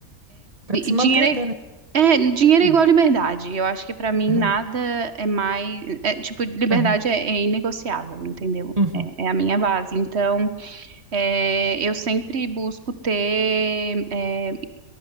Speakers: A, on the right (about 25°); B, on the right (about 50°).
A: para se
B: dinheiro
A: manter até, né?
B: é, é, dinheiro
A: Uhum.
B: é igual liberdade. Eu acho que para mim
A: Aham,
B: nada é mais, é, tipo, liberdade
A: aham,
B: é, é inegociável, entendeu?
A: uhum.
B: É, é a minha base. Então, é, eu sempre busco ter é,